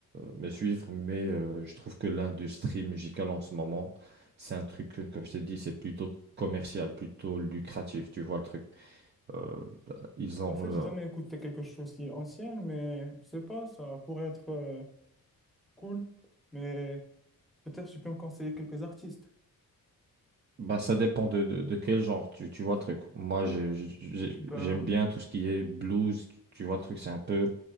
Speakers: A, on the right; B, in the centre.
A: me, me suivre, mais euh, je trouve que l'industrie musicale en ce moment, c'est un truc, euh, comme je t'ai dit, c'est plutôt commercial, plutôt lucratif, tu vois le truc. Euh, ils ont,
B: En fait,
A: euh,
B: j'ai jamais écouté quelque chose qui est ancien, mais je sais pas, ça pourrait être euh, cool. Mais peut-être tu peux me conseiller quelques artistes.
A: bah, ça dépend de, de, de quel genre, tu, tu vois le truc. Moi, j'ai- j'ai-
B: Ben,
A: j'aime bien tout ce qui est blues, tu tu vois le truc, c'est un peu